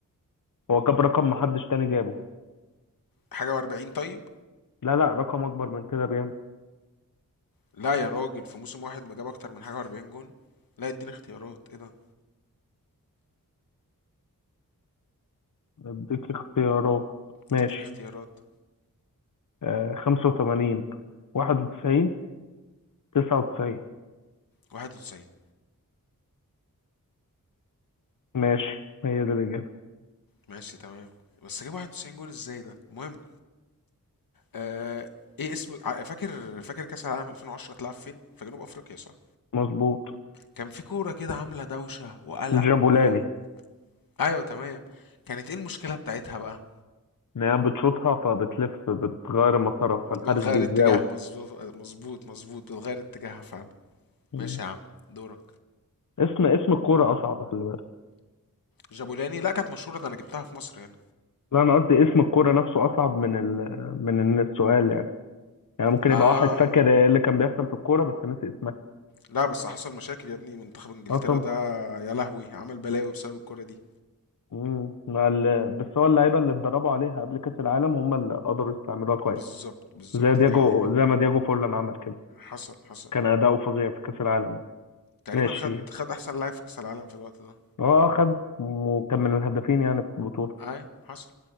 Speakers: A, on the left; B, on the left.
A: هو جاب رقم محدش تاني جابه
B: حاجة وأربعين طيب
A: لا لا رقم اكبر من كده بيعمل
B: لا يا راجل في موسم واحد ما جاب أكتر من حاجة وأربعين جون لا اديني اختيارات ايه ده
A: اديك اختيارات ماشي
B: اديني اختيارات
A: آه خمسة وتمانين واحد وتسعين تسعة وتسعين
B: واحد وتسعين
A: ماشي هي دي الإجابة
B: ماشي تمام بس جاب واحد وتسعين جون ازاي ده المهم آه ايه اسم ع- فاكر فاكر كاس العالم 2010 اتلعب فين في جنوب افريقيا صح
A: مظبوط
B: كان في كوره كده عامله دوشه وقلق
A: جابولاني
B: و... ايوه تمام كانت ايه المشكله بتاعتها بقى
A: إن هي بتشوطها فبتلف بتغير مسارها فالحارس
B: بتغير
A: بيتزاول
B: اتجاه مظبوط مظبوط مظبوط بتغير اتجاهها فعلا
A: مم.
B: ماشي يا عم دورك
A: اسم اسم الكورة أصعب خلي بالك
B: جابولاني لا كانت مشهوره ده انا جبتها في مصر هنا
A: لا أنا قصدي اسم الكورة نفسه أصعب من ال من إن السؤال يعني يعني ممكن
B: اه
A: يبقى واحد فاكر إيه اللي كان بيحصل في الكورة بس نسي اسمها
B: لا بس حصل مشاكل يا ابني منتخب انجلترا
A: أه طبعا
B: ده يا لهوي عمل بلاوي بسبب الكوره دي
A: مم. مع ال... بس هو اللعيبة اللي اتدربوا عليها قبل كأس العالم هم اللي قدروا يستعملوها كويس
B: بالظبط بالظبط
A: زي دياجو
B: دي حقيقه
A: زي ما دياجو فورلان عمل كده
B: حصل حصل
A: كان أداؤه فظيع في كأس العالم ده
B: تقريبا
A: ماشي
B: خد خد احسن لاعب في كاس العالم في الوقت ده
A: اه خد وكان من الهدافين يعني في البطولة
B: ايوه حصل